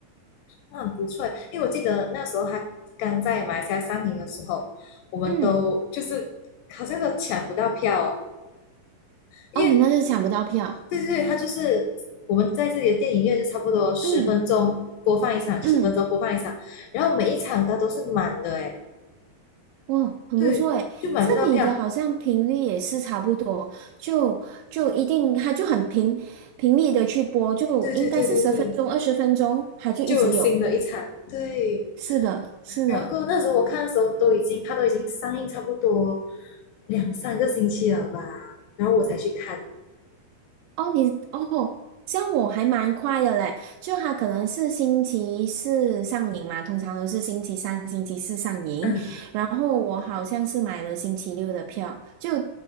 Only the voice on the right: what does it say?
嗯，
哦，你们是抢不到票。
嗯嗯，
哇，很不错诶，
这里的好像频率也是差不多，就就一定，它就很频频率的去播，就应该是十分钟、
二十分钟，它就一直有。
是的，是的。
哦，你哦，像我还蛮快的嘞，就它可能是星期四上映嘛，通常都是星期三、星期四上映。
然后我好像是买了星期六的票，就